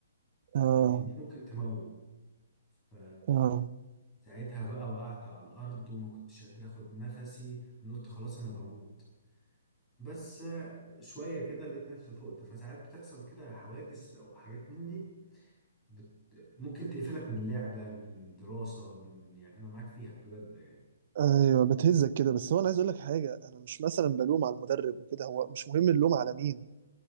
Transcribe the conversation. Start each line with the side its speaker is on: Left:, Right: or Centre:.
Right: اه
Left: لان دي ممكن تموت ف
Right: اه
Left: ساعتها بقى وقعت على الأرض وما كنتش قادر أخد نفسي أنا قلت خلاص أنا بموت بس آه، شوية كده لقيت نفسي فقت فساعات بتحصل كده حوادث أو حاجات من دي بت... ممكن تقفلك من لعبة من دراسة من يعني أنا معاك فيها بجد يعني
Right: ايوه بتهزك كده بس هو انا عايز اقول لك حاجه انا مش مثلا بلوم على المدرب وكده هو مش مهم اللوم على مين